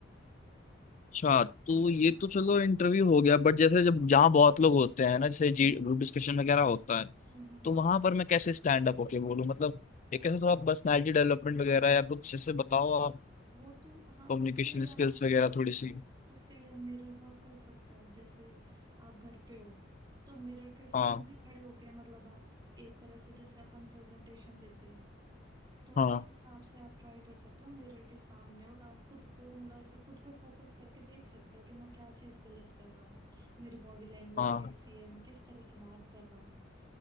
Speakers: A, on the left (about 40°); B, on the right (about 20°).
A: अच्छा तो ये तो चलो इंटरव्यू हो गया बट जैसे जब जहाँ बहुत लोग होते हैं ना जैसे
B: हम्म
A: जी ग्रुप डिस्कशन वगैरह होता है
B: हम्म
A: तो वहां पर मैं कैसे स्टैंड अप होके बोलूँ मतलब एक ऐसे थोड़ा पर्सनैलिटी डेवलपमेंट वगैरह या कुछ जैसे बताओ आप
B: वो तो हाँ
A: कम्युनिकेशन
B: उसके लिए आप
A: स्किल्स
B: ऐसे
A: वगैरह
B: कर सकते
A: थोड़ी सी
B: हो उसके लिए मिरर वर्क कर सकते हो आप जैसे आप घर पे हो तो मिरर के सामने
A: हाँ
B: खड़े होके मतलब आप एक तरह से जैसे अपन प्रेजेंटेशन देते हैं तो
A: हाँ
B: उस हिसाब से आप ट्राई कर सकते हो मिरर के सामने और आप खुद को मतलब ऐसे खुद पे फोकस करके देख सकते हो कि मैं क्या चीज गलत कर रहा हूँ मेरी बॉडी लैंग्वेज
A: हाँ
B: कैसी है मैं किस तरह से बात कर रहा हूँ